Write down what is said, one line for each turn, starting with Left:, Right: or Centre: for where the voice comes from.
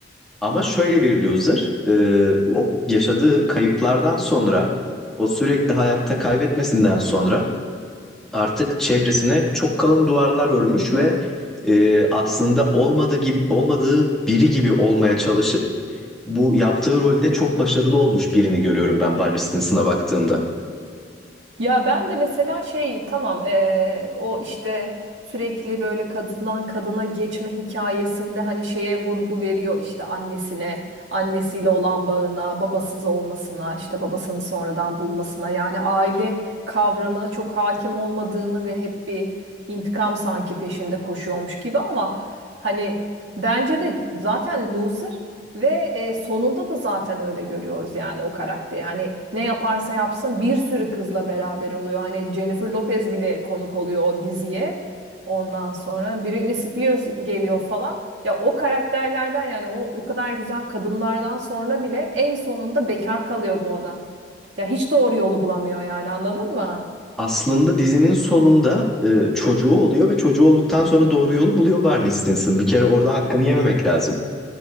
Centre: Ama şöyle bir loser, e, o yaşadığı kayıplardan sonra, o sürekli hayatta kaybetmesinden sonra artık çevresine çok kalın duvarlar örmüş ve e, aslında olmadığı gibi olmadığı biri gibi olmaya çalışıp bu yaptığı rolde çok başarılı olmuş birini görüyorum ben Barney Stinson'a baktığımda.
Right: Ya ben de mesela şey tamam eee, o işte sürekli böyle kadından kadına geçme hikayesinde hani şeye vurgu veriyor işte annesine, annesiyle olan bağına, babasız olmasına, işte babasını sonradan bulmasına yani aile kavramına çok hakim olmadığını ve hep bir intikam sanki peşinde koşuyormuş gibi ama hani bence de zaten loser ve e, sonunda da zaten öyle görüyoruz yani o karakteri. Yani ne yaparsa yapsın bir sürü kızla beraber oluyor. Hani Jennifer Lopez bile konuk oluyor o diziye. Ondan sonra Britney Spears geliyor falan. Ya o karakterlerden yani o o kadar güzel kadınlardan sonra bile en sonunda bekar kalıyor bu adam. Ya hiç doğru yolu bulamıyor yani anladın mı?
Centre: Aslında dizinin sonunda e, çocuğu oluyor ve çocuğu olduktan sonra doğru yolu buluyor Barney Stinson. Bir kere orada hakkını yememek lazım.